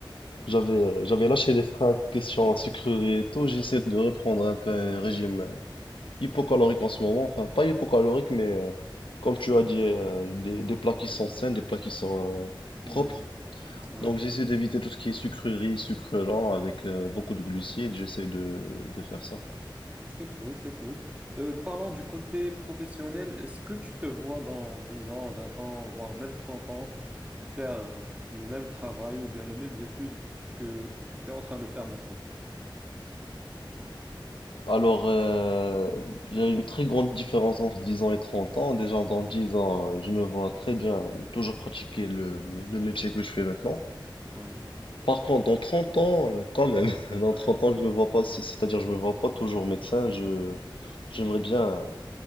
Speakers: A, on the left; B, on the right.
A: j'avais
B: <laughs>
A: euh, j'avais lâché les freins question sucrerie et tout, j'essaie de reprendre un peu un régime euh, hypocalorique en ce moment. Enfin, pas hypocalorique, mais euh, comme tu as dit, euh, des, des plats qui sont sains, des plats qui sont euh,
B: Hmm.
A: propres.
B: Ouais,
A: Donc j'essaie d'éviter tout ce qui est sucrerie, sucre lent avec euh, beaucoup de glucides. J'essaie de, de faire ça.
B: c'est cool, c'est cool. Euh, parlons du côté professionnel, est-ce que tu te vois dans 10 ans, 20 ans, voire même 30 ans, faire le même travail ou bien les mêmes études que tu es en train de faire maintenant?
A: Alors, euh, il y a une très grande différence entre 10 ans et 30 ans. Déjà, dans 10 ans, euh, je me vois très bien toujours pratiquer le, le métier que je fais maintenant.
B: Oui.
A: Par contre, dans 30 ans, euh, quand même, <laughs> dans
B: <laughs>
A: 30 ans, je me vois pas, c'est- c'est-à-dire, je me vois pas toujours médecin. Je, j'aimerais bien